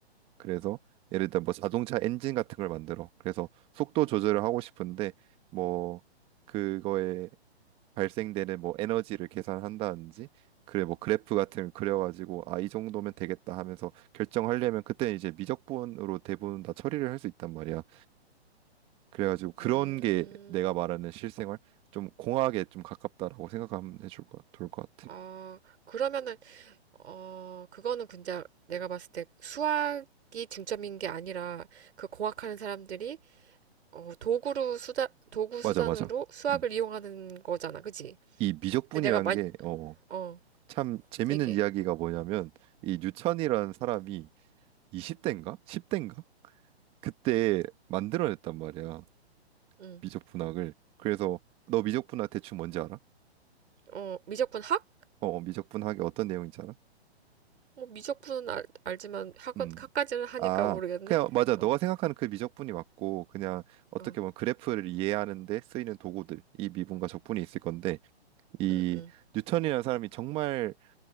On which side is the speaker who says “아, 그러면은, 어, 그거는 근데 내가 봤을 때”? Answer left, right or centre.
Right